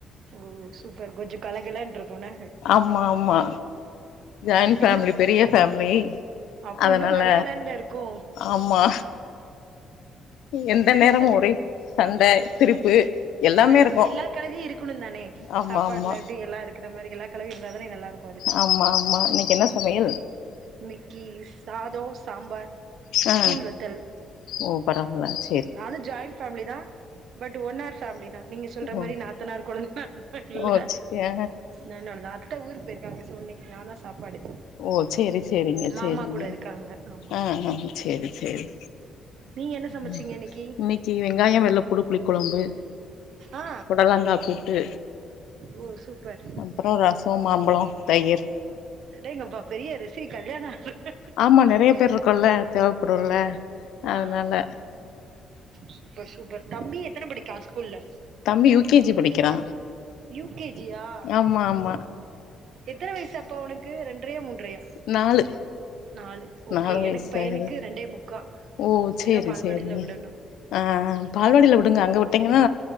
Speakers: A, on the right (about 55°); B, on the left (about 85°).
A: ஓ சூப்பர் கொஞ்சு கலகலன்னுருக்கு என்ன
B: ஆம்மா ஆம்மா ஜாயின் ஃபேமிலி
A: என்ன
B: பெரிய ஃபேமிலி
A: அப்ப
B: அதனால
A: இன்னு கலகலன்ல இருக்கு
B: ஆம்மா எந்த நேரமு
A: என்ன
B: ஒரே சண்ட சிரிப்பு எல்லாமே
A: சேரி
B: இருக்கு
A: எல்லா கலவையு இருக்கணு தானே
B: ஆமா
A: சாப்பாட்ல
B: ஆமா
A: எப்டி எல்லா இருக்குற மாரி எல்லா கலவை இருந்தாதானே நல்லாருக்கு
B: ஆமா ஆமா இன்னிக்கு என்ன சமையல்
A: இன்னிக்கு சாதோ சாம்பார்
B: ஆ
A: கூழ் வத்தல்
B: ஓ பொறமலாச்
A: நானு ஜாயின் ஃபேமிலி தா பட் ஒன் ஆர் ஃபேமிலி தா நீங்க சொல்ற
B: ஓ
A: மாரி நாத்தனார் கொழுந்தனார் இல்ல
B: ஓ ஆ
A: நெனோடதுதா அத்த ஊருக்கு போயிருக்காங்க சொ இன்னிக்கு நா தா சாப்பாடு
B: ஓ சேரி சேரிங்க சேரிங்க
A: மாமா கூட இருக்காங்க ஆமா
B: ஆ ஆ சேரி சேரி
A: நீங்க என்ன சமச்சீங்க
B: இன்னிக்கு
A: இன்னைக்கி
B: இன்னிக்கு வெங்காயோ வெள்ளப்பூடு புளி கொழம்பு
A: ஆ
B: புடலங்கா கூட்டு
A: ஓ சூப்பர்
B: அப்றோ ரச மாம்பழ தயிர்
A: அடேங்கப்பா பெரிய ரெசி கல்யாண ஆ
B: ஆமா நெறைய பேர் இருக்கோல்ல தேவப்படுல்ல அதனால
A: ஆ சூப்பர் சூப்பர் தம்பி எத்தன படிக்கா ஸ்கூல்ல
B: தம்பி யூ கே ஜி படிக்கிறா
A: யூ கே ஜி யா
B: ஆமா ஆமா
A: ஓ எத்தன வயசு அப்போ அவனுக்கு ரெண்ரையா மூண் ரையா
B: நாலு
A: நாலு ஓகே
B: நாலு வயசு
A: எனக்கு பையனுக்கு
B: ஆகுது
A: ரெண்டே முக் க்கா
B: ஓ
A: இனிமே
B: சேரி
A: தா பால்வாடில
B: சேரிங்க
A: விடணு
B: ஆ ஆ பால்வாடில விடுங்க அங்க விட்டீங்கனா